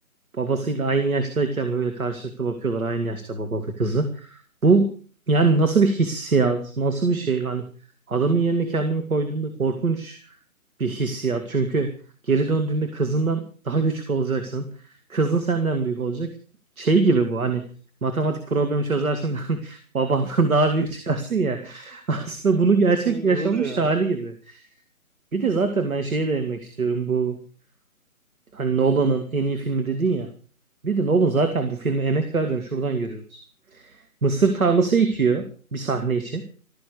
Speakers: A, on the right; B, on the right.
A: babasıyla aynı yaştayken böyle karşılıklı bakıyorlar aynı yaşta babalı kızı. Bu yani nasıl bir hissiyat, nasıl bir şey? Yani adamın yerine kendimi koyduğumda korkunç bir hissiyat. Çünkü geri döndüğünde kızından daha küçük olacaksın. Kızın senden büyük olacak. Şey gibi bu hani matematik problemi çözersin <laughs> de babandan daha büyük çıkarsın ya. <laughs> Aslında bunu gerçek
B: Ben
A: yaşanmış
B: Öyle ya.
A: hali gibi. Bir de zaten ben şeye değinmek istiyorum bu hani Nolan'ın en iyi filmi dedin ya. Bir de Nolan zaten bu filme emek verdiğini şuradan görüyoruz. Mısır tarlası ekiyor bir sahne için.